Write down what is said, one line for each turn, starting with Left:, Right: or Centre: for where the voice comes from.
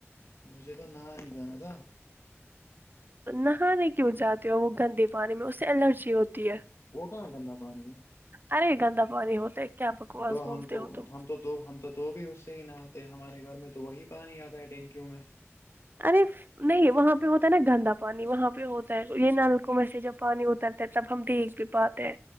Left: مجھے تو نہا نہیں جانا تھا
Right: نہانے کیوں جاتے ہو وہ گندے پانی میں اس سے الرجی ہوتی ہے
Left: وہ کہاں گندا پانی ہے
Right: ارے گندا پانی ہوتے کیا بکواس
Left: تو
Right: بولتے
Left: ہم
Right: ہو تو
Left: ہم تو ہم تو تو بھی اس سے ہی نہاتے ہمارے گھر میں تو وہی پانی آتا ہے ٹینکیوں میں
Right: ارے نہیں وہاں پہ ہوتا ہے نا گندا پانی وہاں پہ ہوتا ہے یہ نلکوں میں سے جب پانی اترتا ہے تب ہم دیکھ بھی پاتے ہیں